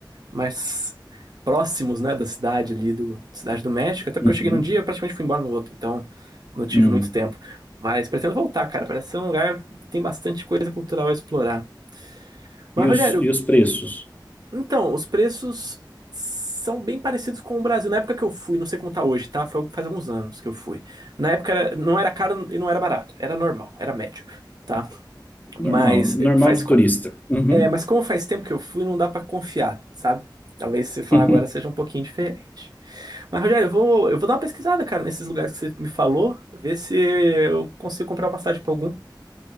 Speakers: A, on the right; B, on the left.
A: mais próximos, né, da cidade ali do Cidade do México, até porque
B: Uhum.
A: eu cheguei num dia e praticamente fui embora no outro, então não tive
B: Uhum.
A: muito tempo. Mas pretendo voltar, cara. Parece ser um lugar que tem bastante coisa cultural a explorar. Mas,
B: E
A: Rogério,
B: os, e os preços?
A: então, os preços são bem parecidos com o Brasil. Na época que eu fui, não sei como tá hoje, tá? Foi- faz alguns anos que eu fui. Na época era- não era caro e não era barato, era normal, era médio, tá?
B: Normal,
A: Mas
B: normal
A: eh, faz,
B: de turista. Uhum.
A: É, mas como faz tempo que eu fui, não dá pra confiar, sabe? Talvez
B: <laughs>
A: se falar
B: Você
A: agora seja um pouquinho diferente. Mas, Rogério, eu vou, eu vou dar uma pesquisada, cara, nesses lugares que você me falou, ver se eu consigo comprar uma passagem pra algum,